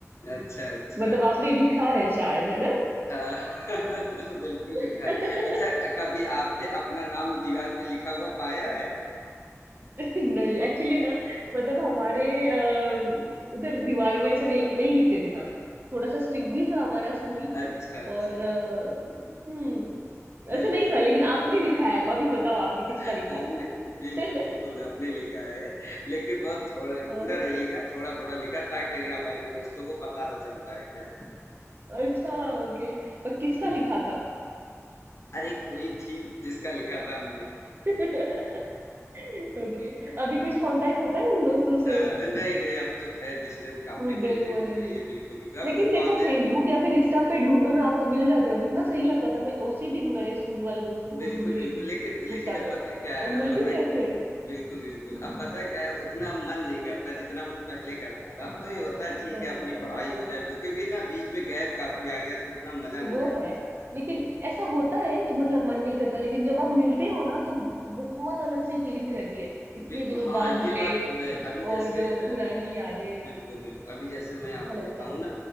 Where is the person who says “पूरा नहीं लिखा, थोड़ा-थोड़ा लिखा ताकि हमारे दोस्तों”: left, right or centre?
Left